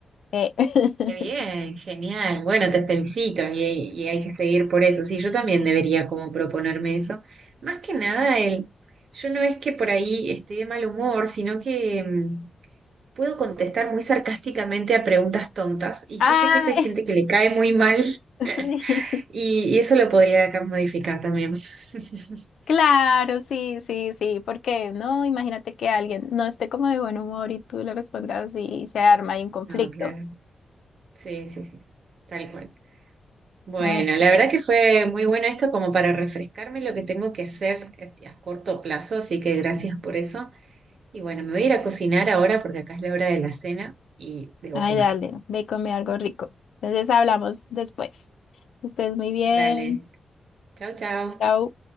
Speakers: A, on the left; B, on the right.
A: Eh. <laughs>
B: Qué bien, genial. Bueno, te felicito y, y hay que seguir por eso. Sí, yo también debería como proponerme eso. Más que nada, el, yo no es que por ahí estoy de mal humor, sino que mm, puedo contestar muy sarcásticamente a preguntas tontas y
A: Ah,
B: yo sé que eso hay gente que le cae muy mal
A: <laughs>
B: <laughs>
A: sí.
B: y, y eso lo podría acá modificar también. <laughs>
A: Claro, sí, sí, sí, porque no, imagínate que alguien no esté como de buen humor y tú le respondas y se arma ahí un conflicto.
B: No, claro. Sí, sí, sí. Tal cual. Bueno,
A: Ah,
B: la verdad que fue muy bueno esto como para refrescarme lo que tengo que hacer eh, a corto plazo, así que gracias por eso. Y bueno, me voy a ir a cocinar ahora porque acá es la hora de la cena y debo
A: ay,
B: comer.
A: dale, ve y come algo rico. Entonces hablamos después. Que Estés muy bien.
B: Dale, chao, chao.
A: Chao.